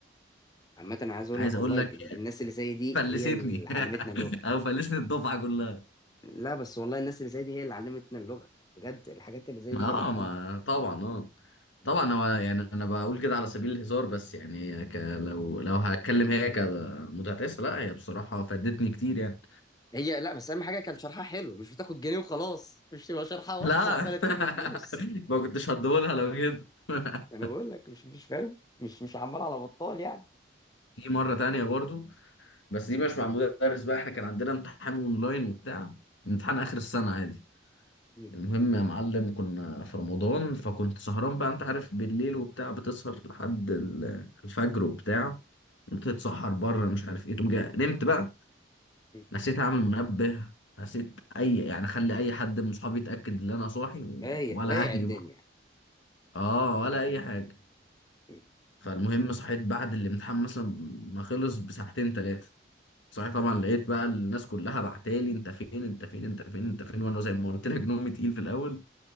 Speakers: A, on the left; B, on the left.
A: عامة أنا عايز أقول
B: عايز
A: لك
B: اقول
A: والله
B: لك
A: ال- الناس اللي زي دي
B: فلستني
A: هي اللي علمتنا
B: <laughs>
A: اللغة
B: او فلست الدفعه كلها
A: لا بس والله الناس اللي زي دي هي اللي علمتنا اللغة بجد الحاجات اللي زي
B: ما
A: دي هي اللي بتعلم
B: اه ما طبعا اه طبعا هو يعني انا بقول كده على سبيل الهزار بس يعني ك... لو لو هتكلم هي كمتعتسه لا هي بصراحه فادتني كتير يعني
A: هي لا بس أهم حاجة كان شرحها حلو مش بتاخد جنيه وخلاص مش تبقى شرحها وحش
B: لا
A: وعمالة تلم
B: <laughs>
A: فلوس
B: ما كنتش هديهولها لو كده <laughs>
A: انا بقول لك مش مش فاهم مش مش عمال على بطال يعني
B: في مرة تانية برضو بس دي مش مع مدرس بقى احنا كان عندنا امتحان اونلاين وبتاع امتحان اخر
A: م-
B: السنة عادي
A: م-
B: المهم يا معلم كنا في رمضان فكنت سهران بقى انت عارف بالليل وبتاع بتسهر لحد ال- الفجر وبتاع بتتسحر
A: م-
B: بره مش عارف ايه تقوم جاي نمت بقى
A: م.
B: نسيت اعمل منبه نسيت اي يعني اخلي اي حد من صحابي يتاكد ان انا صاحي
A: بايع
B: ولا
A: بايع
B: اهلي
A: الدنيا
B: برضه اه ولا اي حاجه
A: م-
B: فالمهم صحيت بعد الامتحان مثلا ما خلص بساعتين ثلاثه صحيت طبعا لقيت بقى الناس كلها بعتالي انت فين انت فين انت فين انت فين وانا زي ما قلت لك نومي تقيل في الاول